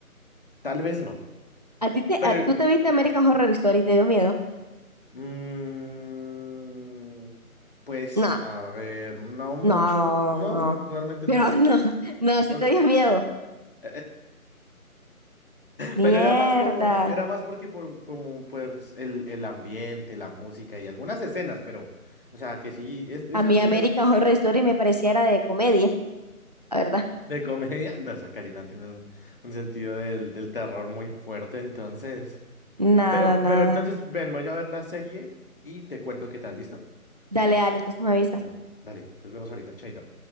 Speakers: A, on the left; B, on the right.
A: Tal vez no.
B: ¿A ti te,
A: Pero,
B: a- tú te viste American Horror Story y te dio miedo?
A: mm, pues,
B: No,
A: a ver, no mucho.
B: no,
A: No,
B: no.
A: realmente
B: Pero
A: no.
B: no, no, sí
A: O-
B: te dio miedo.
A: <laughs>
B: Mierda.
A: Pero era más como, era más porque por como pues el, el ambiente, la música y algunas escenas, pero, o sea, que sí, es, esas,
B: A mí American Horror Story me pareciera de comedia, la verdad.
A: De comedia, no, sé Karina tiene un, un sentido del, del terror muy fuerte, entonces.
B: Nada,
A: Pero,
B: nada.
A: pero entonces, ven, voy a ver la serie y te cuento qué tal, ¿listo?
B: Dale, Ale, entonces me avisas.
A: Listo, dale, nos vemos ahorita, chaito.